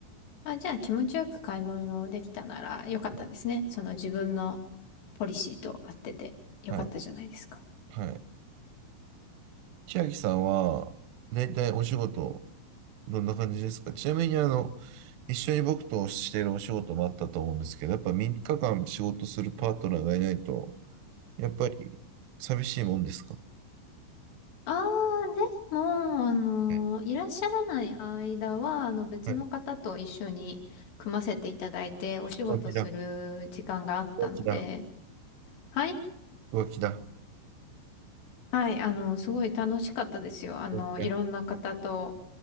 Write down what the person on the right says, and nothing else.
はい。
はい。はい千秋さんは、だいたいお仕事、どんな感じですかちなみに、あの、一緒に僕としてるお仕事もあったと思うんですけど、やっぱ3日間仕事するパートナーがいないと、やっぱり寂しいもんですか
はい
はい
浮気だ、浮気だ、
浮気だ、
浮気だ、